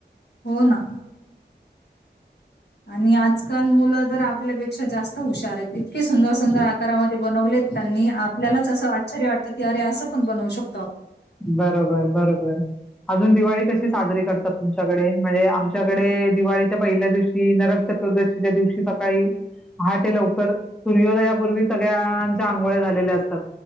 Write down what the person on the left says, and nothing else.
हो ना, आणि आजकाल मुलं तर आपल्यापेक्षा जास्त हुशार आहेत. इतके सुंदर सुंदर आकारामध्ये बनवलेत, त्यांनी आपल्यालाच असं आश्चर्य वाटतं. की अरे! असं पण बनवू शक